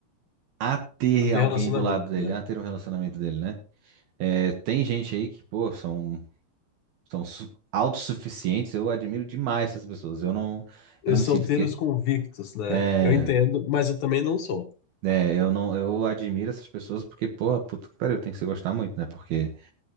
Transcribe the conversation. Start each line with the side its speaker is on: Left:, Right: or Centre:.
Right: a ter
Left: Até
Right: alguém
Left: relacionamento,
Right: do lado dele,
Left: né?
Right: a ter um relacionamento dele, né? É, tem gente aí que, pô, são são su- autossuficientes, eu admiro demais essas pessoas. Eu não,
Left: E
Right: eu não
Left: solteiros
Right: me sinto porque
Left: convictos, né?
Right: é,
Left: Eu entendo, mas eu também não sou.
Right: é, eu não, eu admiro essas pessoas porque, porra, puta que pariu, tem que se gostar muito, né? Porque